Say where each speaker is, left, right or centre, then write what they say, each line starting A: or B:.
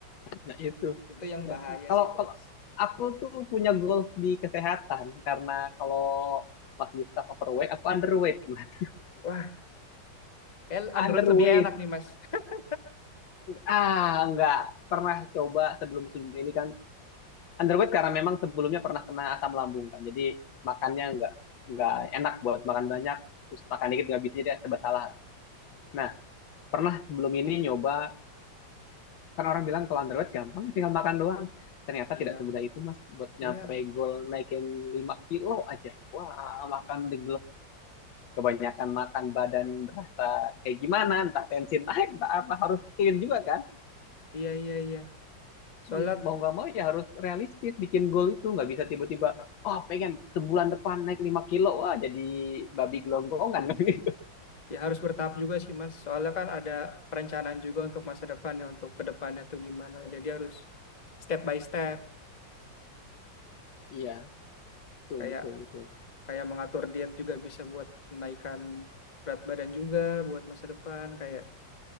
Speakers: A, on the left; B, on the left.
A: nah itu
B: <laughs> Itu yang
A: Nah,
B: bahaya
A: kalau
B: sih itu,
A: kalau
B: Mas.
A: aku tuh punya goals di kesehatan karena kalau Mas Gustaf overweight aku underweight mas
B: Wah, kayak
A: underweight
B: Android lebih enak nih, Mas. <laughs>
A: ah nggak pernah coba sebelum sebelum ini kan underweight karena memang sebelumnya pernah kena asam lambung kan jadi makannya nggak nggak enak buat makan banyak terus makan dikit nggak bisa jadi serba salah nah Pernah sebelum ini nyoba, kan orang bilang kalau underweight gampang ya tinggal makan doang. Ternyata
B: Iya,
A: tidak semudah itu mas, buat
B: iya,
A: nyampe goal naikin 5 kilo aja. Wah, makan di kebanyakan makan badan berasa kayak gimana, entah tensi naik, entah apa, harus clean juga kan.
B: iya, iya, iya. Soalnya
A: Ya, mau nggak mau ya harus realistis bikin goal itu, nggak bisa tiba-tiba, oh pengen sebulan depan naik 5 kilo, wah jadi babi gelonggongan. <laughs>
B: Ya harus bertahap juga sih Mas. Soalnya kan ada perencanaan juga untuk masa depan ya untuk ke depannya tuh gimana. Jadi harus step by step.
A: Iya, betul,
B: Kayak
A: betul, betul.
B: kayak mengatur diet juga bisa buat menaikkan berat badan juga buat masa depan. Kayak